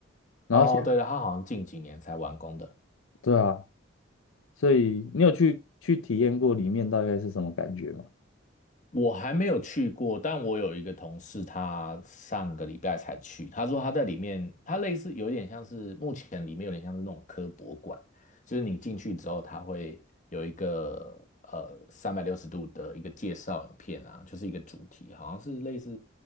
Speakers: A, on the left (about 85°); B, on the left (about 40°).
A: 然后现
B: 哦，对了，它好像近几年才完工的。
A: 对啊，所以你有去去体验过里面大概是什么感觉吗？
B: 我还没有去过，但我有一个同事，他上个礼拜才去。他说他在里面，他类似有点像是目前里面有点像是那种科博馆，就是你进去之后，他会有一个呃三百六十度的一个介绍影片啊，就是一个主题，好像是类似